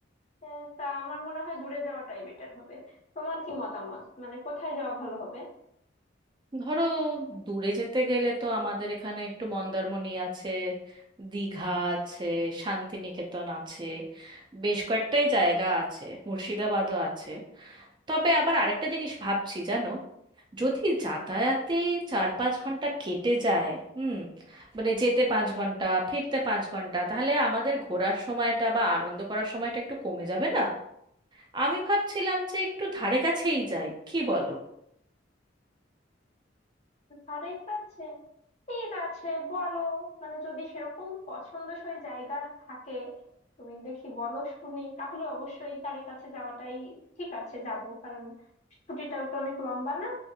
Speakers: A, on the left; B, on the right.
A: আহ, তা আমার মনে হয় দূরে যাওয়াটাই বেটার হবে তোমার কি মতামত মানে কোথায় যাওয়া ভালো হবে
B: ধরো দূরে যেতে গেলে তো আমাদের এখানে একটু মন্দারমণি আছে দীঘা আছে শান্তিনিকেতন আছে বেশ কয়েকটাই জায়গা আছে মুর্শিদাবাদও আছে তবে আবার আরেকটা জিনিস ভাবছি জানো যদি যাতায়াতে চার পাঁচ ঘন্টা কেটে যায় হুম মানে যেতে পাঁচ ঘন্টা ফিরতে পাঁচ ঘন্টা তাহলে আমাদের ঘোরার সময়টা বা আনন্দ করার সময়টা একটু কমে যাবে না আমি ভাবছিলাম যে একটু ধারে কাছেই যাই কি বলো
A: ধারে কাছে ঠিক আছে বলো মানে যদি সেরকম পছন্দসই জায়গা থাকে তুমি দেখি বলো শুনি তাহলে অবশ্যই ধারে কাছে যাওয়াটাই ঠিক আছে যাব কারণ ছুটিটাও তো অনেক লম্বা না